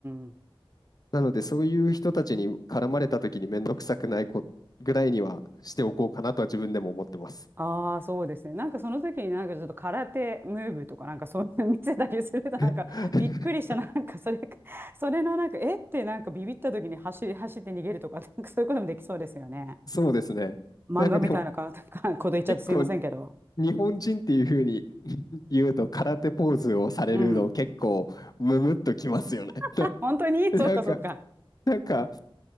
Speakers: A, on the right; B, on the left.
A: んうん。
B: なので、そういう人たちに絡まれた時に面倒くさくないこぐらいにはしておこうかなとは自分でも思ってます。
A: ああ、そうですね。なんかその時になんかちょっと空手ムーブとかなんかそんな見せたりするとなんかびっくりした、
B: <laughs>
A: なんかそれ、それのなんか、えってなんかビビった時に走り走って逃げるとか、なんかそういうこともできそうですよね。
B: そうですね。
A: 漫画みたいなか、
B: なんかでも、
A: <laughs> かこと言っちゃってすいませんけど。
B: 結構、日本人っていうふうに言うと空手ポーズをされるの結構ムムっときますよね。
A: うん。<laughs> 本当に
B: <laughs> なんか、
A: <laughs> そうかそうか。
B: なんか、